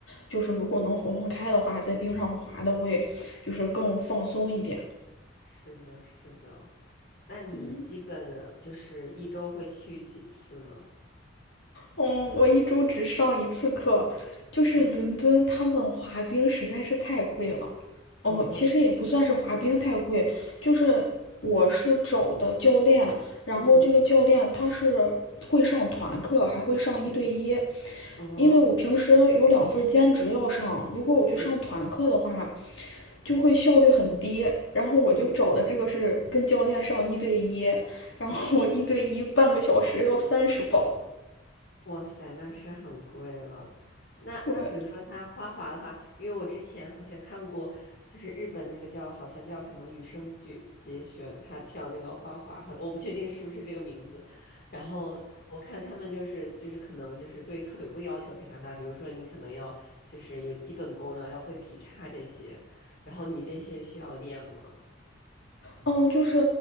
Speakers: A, on the left; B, on the left.
A: 就是如果能活动开的话，在冰上滑的会就是更放松一点。
B: 是的，是的。那你基本就是一周会去几次呢？
A: 嗯。嗯，我一周只上一次课，就是伦敦他们滑冰实在是太贵了。
B: 嗯
A: 哦，
B: 哦，
A: 其实也不算是滑冰太贵，
B: 是的，
A: 就是我是找的教练，然后这个教练他是会上团课，
B: 嗯嗯
A: 还会上一对一。
B: 嗯嗯，哦，
A: 因为我平时有两份兼职要上，如果我去上团课的话，
B: 嗯嗯
A: 就会效率很低。然后我就找的这个是跟教练上一对一，
B: 嗯嗯
A: 然后我一对一半个小时要三十磅，
B: 嗯嗯哇塞，那是很贵了。那那比如说他花滑的话，
A: 对。
B: 因为我之前好像看过，就是日本那个叫好像叫什么羽生结结弦，他跳那个花滑，好我不确定是不是这个名字。然后我看他们就是就是可能就是对腿部要求非常大，比如说你可能要就是有基本功啊，要会劈叉这些，然后你这些需要练吗？
A: 嗯，就是